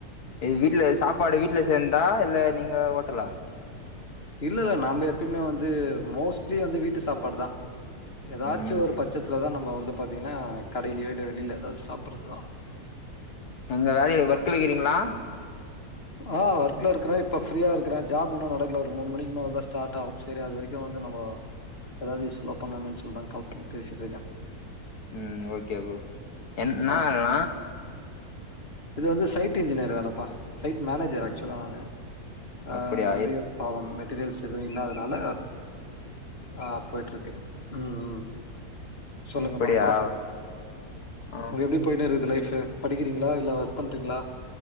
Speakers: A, on the left (about 75°); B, on the left (about 40°).
A: எங் வீட்ல சாப்பாடு வீட்ல செந்தா இல்ல நீங்க ஓட்டலா
B: இல்ல இல்ல நம்ப எப்பயுமே வந்து மோஸ்ட்லி வந்து வீட்டு சாப்பாடு தா எதாச்சு
A: ம்
B: ஒரு பட்சத்துலதா நம்ம பாத்தீங்னா கடைலயோ இல்ல வெளில எதாது சாப்புட்றதுதா
A: எங்க வேலயில ஒர்க்குலக்குறீங்ளா
B: ஆ ஒர்க்லர்க்குற இப்ப ஃப்ரியா இருக்குற ஜாப் இன்னு நடக்கல ஒரு மூணு மணிக் மேல தா ஸ்டாட் ஆவு சரி அது வரக்கு வந்து நம்ம ஏதாவது யூஸ்புல்லா பண்ணன்மேனு சொல்லிதா கால் பண்ணி பேசிட்ருக்க
A: ம் ஓகே ப்ரோ என்னா
B: ஆ
A: வேல நா
B: இது வந்து சைட் இஜ்ஜினியர் வேலப்பா சைட் மேனேஜர் ஆக்சுலா நானு அ
A: அப்படியா
B: நெறய பாவொ மெட்டிரியல்ஸ் எதுவ் இல்லாதனால ஆ போய்ட்ருக்கு ம் ம் சொல்லுங்கப்பா
A: அப்படியா
B: அப்ரோ
A: ஆ
B: உங்களுக்கு எப்டி போய்ன்னு இருக்குது லைஃப்பு படிக்கிறீங்ளா இல்ல ஒர்க் பண்றீங்ளா